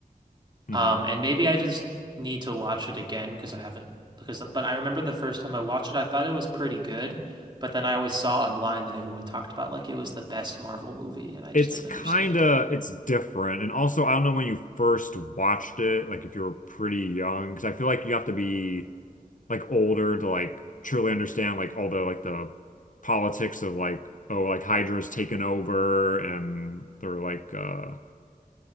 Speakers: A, on the left; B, on the right.
A: mhm.
B: Um, and maybe I just need to watch it again because I haven't because but I remember the first time I watched it, I thought it was pretty good, but then I always saw online that everyone talked about like it was the best Marvel movie, and I
A: It's
B: just didn't
A: kind
B: understand
A: of
B: it.
A: it's different, and also I don't know when you first watched it, like if you were pretty young, because I feel like you have to be. like older to like truly understand like all the like the politics of like oh like Hydra's taken over and they're like uh